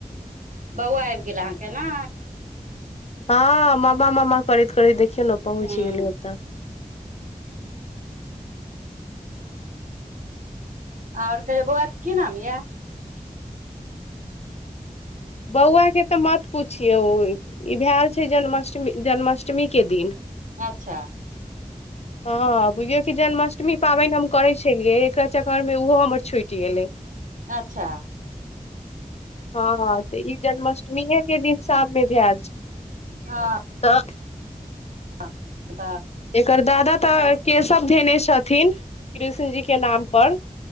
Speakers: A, on the right; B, on the left.
A: बौआ आबि गेल अहाँके ने
B: हां मामा मामा करैत करैत देखि चलु पहुंच
A: हूँ
B: गेलियै एत
A: और कहियौ बौआ के की नाम ये
B: बौआ के त मत पुछियौ, इ भएल छै जन्म अष्टमी, जन्म अष्टमी के दिन।
A: अच्छा।
B: हां, बुझियौ कि जन्म अष्टमी पाबनि हम करै छलियै, एकर चकर मे ओहो हमर छुटि गेलै।
A: अच्छा।
B: हां हां। त इ जन्म अष्टमीए के दिन साम मे भएल छलै
A: हां।
B: आ।
A: हां त।
B: एकर दादा त केशव धेने छथिन, कृष्ण जी के नाम पर